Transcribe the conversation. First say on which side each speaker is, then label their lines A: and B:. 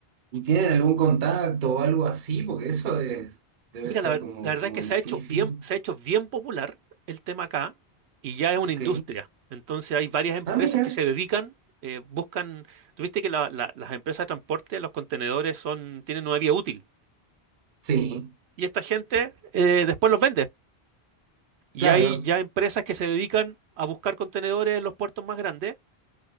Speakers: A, on the right; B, on the right.
A: ¿Y tienen algún contacto o algo así? Porque eso es- debe
B: Mira,
A: ser
B: la, ver-
A: como,
B: la verdad
A: como
B: es que
A: difícil.
B: se ha hecho bien, se ha hecho bien popular el tema acá y ya es una
A: Ok.
B: industria. Entonces hay varias empresas
A: Ah, mira.
B: que se dedican, eh, buscan, tuviste que la- la- las empresas de transporte, los contenedores son, tienen una vía útil
A: Sí,
B: y esta gente eh, después los vende. Y
A: claro,
B: hay ya empresas que se dedican a buscar contenedores en los puertos más grandes